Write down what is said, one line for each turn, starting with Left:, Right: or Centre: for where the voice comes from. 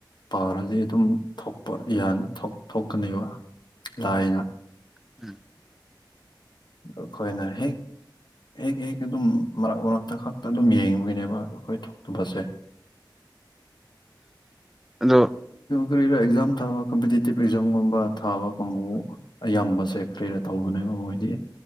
Left: ꯄꯥꯔꯗꯤ ꯑꯗꯨꯝ ꯊꯣꯛꯄ ꯌꯥꯅꯤ ꯊꯣꯛꯀꯅꯦꯕ ꯂꯥꯏꯅ
Centre: ꯎꯝ ꯎꯝ
Left: ꯑ ꯑꯩꯈꯣꯏꯅ ꯍꯦꯛ ꯍꯦꯛ ꯍꯦꯛ ꯑꯗꯨꯝ ꯃꯔꯛ ꯃꯔꯛꯇ ꯈꯛꯇ ꯑꯗꯨꯝ ꯌꯦꯡꯉꯕꯒꯤꯅꯦꯕ ꯑꯗꯣ ꯑꯩꯈꯣꯏ ꯊꯣꯛꯇꯨꯕꯁꯦ
Centre: ꯑꯗꯨ
Left: ꯀꯔꯤꯔ ꯑꯦꯛꯖꯥꯝ ꯊꯥꯕ ꯀꯝꯄꯤꯇꯤꯇꯤꯚ ꯑꯦꯛꯖꯥꯝꯒꯨꯝꯕ ꯊꯥꯕ ꯀꯨꯝꯕꯨ ꯑꯌꯥꯝꯕꯁꯦ ꯀꯔꯤꯗ ꯇꯧꯕꯅꯦꯕ ꯃꯣꯏꯗꯤ